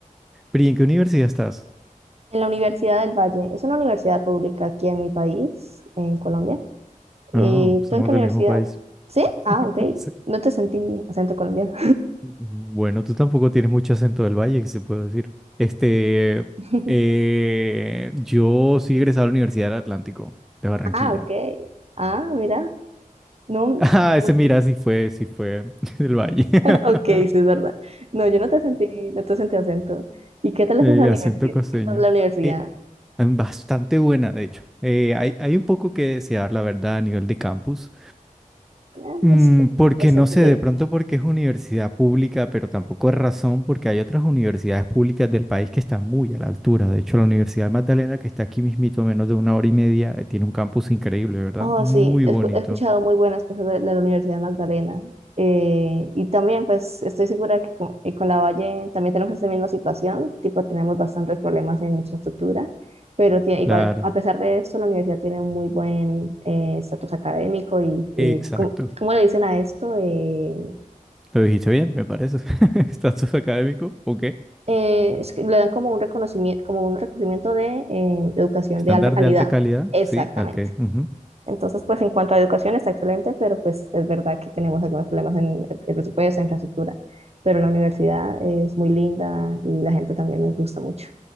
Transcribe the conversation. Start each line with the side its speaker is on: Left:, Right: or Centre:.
Centre: y en qué universidad estás?
Right: en la Universidad del Valle. Es una universidad pública aquí en mi país, en Colombia.
Centre: Ah,
Right: Eh,
Centre: somos
Right: ¿tú en qué
Centre: del
Right: universidad?
Centre: mismo país.
Right: ¿Sí? Ah,
Centre: <laughs>
Right: ok. No te sentí acento colombiano.
Centre: Sí. Bueno, tú tampoco tienes mucho acento del valle, que se puede decir. Este,
Right: <laughs>
Centre: eh, yo sí egresado a la Universidad del Atlántico, de Barranquilla.
Right: Ah, ok.
Centre: <laughs>
Right: Ah, mira. No.
Centre: Ah, ese
Right: <laughs>
Centre: mira, sí fue, sí fue <laughs> del valle. <laughs>
Right: Ok, sí, es verdad. No, yo no te sentí, no te sentí acento. ¿Y qué tal es
Centre: El
Right: esa universidad?
Centre: acento costeño.
Right: ¿Qué tal la universidad?
Centre: <laughs> em, Bastante buena, de hecho. Eh, hay, hay un poco que desear, la verdad, a nivel de campus.
Right: Eh,
Centre: Mm,
Right: es,
Centre: porque
Right: es
Centre: no
Right: entendible.
Centre: sé, de pronto porque es universidad pública, pero tampoco es razón porque hay otras universidades públicas del país que están muy a la altura. De hecho, la Universidad de Magdalena, que está aquí mismito, a menos de una hora y media, eh, tiene un campus increíble, ¿verdad?
Right: Oh,
Centre: Muy
Right: sí, he,
Centre: bonito.
Right: escu- he escuchado muy buenas cosas de, de la Universidad Magdalena. Eh, y también, pues, estoy segura que con, eh, con la Valle también tenemos esta misma situación, tipo, tenemos bastantes problemas en infraestructura, pero tiene, igual,
Centre: Claro.
Right: Claro. a pesar de esto, la universidad tiene un muy buen eh, estatus académico y, y
Centre: Exacto.
Right: ¿cómo, cómo le dicen a esto? Eh,
Centre: Lo dijiste bien, me parece. <laughs> Estatus académico, ok.
Right: eh, es que le dan como un reconocimiento, como un reconocimiento de eh, educación
Centre: Estándar
Right: de alta calidad.
Centre: de alta calidad,
Right: Exactamente.
Centre: sí, ok. ujú.
Right: Entonces, pues en cuanto a educación está excelente, pero pues es verdad que tenemos algunos problemas en el presupuesto, en infraestructura, pero la universidad es muy linda y la gente también me gusta mucho.